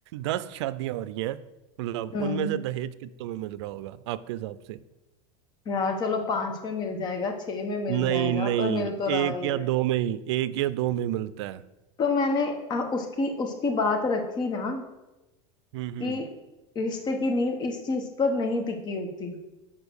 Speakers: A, on the right; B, on the left.
A: दस शादियां हो रही हैं मतलब
B: हम्म
A: उनमें से दहेज कितनों में मिल रहा होगा आपके हिसाब से
B: यार चलो पांच में मिल जाएगा छह में मिल
A: नहीं
B: जाएगा
A: नहीं
B: पर मिल तो रहा
A: एक
B: ही
A: या
B: है
A: दो में ही एक या दो में मिलता है
B: तो मैंने अ, उसकी उसकी बात रखी ना
A: हम्म हम्म
B: कि रिश्ते की नींव इस चीज पर नहीं टिकी होती